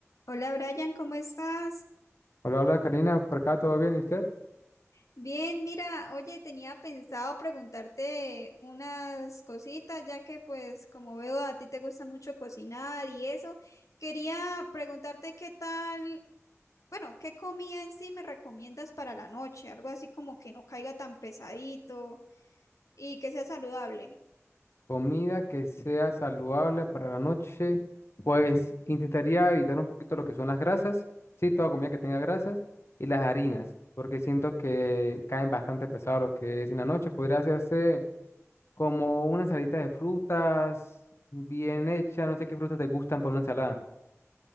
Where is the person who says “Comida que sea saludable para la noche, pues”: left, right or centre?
Left